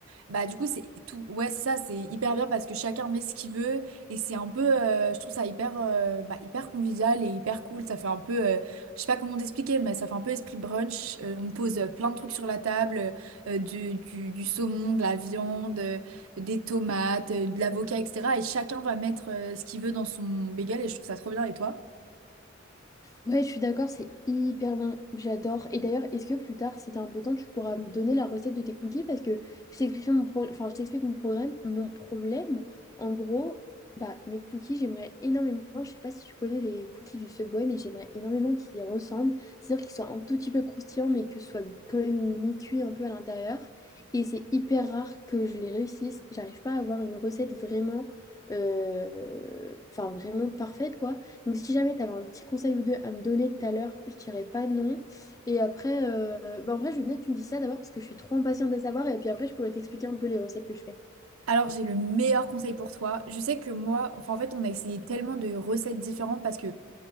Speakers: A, on the right; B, on the left.
A: bah du coup c'est tout ouais c'est ça c'est hyper bien parce que chacun met ce qu'il veut et c'est un peu euh, je trouve ça hyper euh, bah, hyper convivial et hyper cool ça fait un peu euh, je sais pas comment t'expliquer mais ça fait un peu esprit brunch Euh, on pose euh, plein de trucs sur la table euh, euh, du, du, du saumon de la viande euh, des tomates euh, de l'avocat etc et chacun va mettre euh, ce qu'il veut dans son bagel et je trouve ça trop bien et toi?
B: Ouais, je suis d'accord, c'est hyper bon. J'adore. Et d'ailleurs, est-ce que plus tard, si t'as un peu de temps, tu pourras me donner la recette de tes cookies? Parce que je t'expliquerai mon pro- enfin, je t'explique mon programme, mon problème. En gros, bah, mes cookies, j'aimerais énormément. Je sais pas si tu connais les cookies du Subway, mais j'aimerais énormément qu'ils y ressemblent. C'est-à-dire qu'ils soient un tout petit peu croustillants, mais que ce soit quand même mi-cuit un peu à l'intérieur. Et c'est hyper rare que je les réussisse. J'arrive pas à avoir une recette vraiment, euh, enfin, vraiment parfaite, quoi. Donc, si jamais tu avais un petit conseil ou deux à me donner tout à l'heure, je dirais pas non. Et après, euh, bah, en vrai, je veux bien que tu me dises ça d'abord parce que je suis trop impatiente de savoir. Et puis après, je pourrais t'expliquer un peu les recettes que je fais.
A: Alors j'ai le meilleur conseil pour toi je sais que moi enfin en fait on a essayé tellement de recettes différentes parce que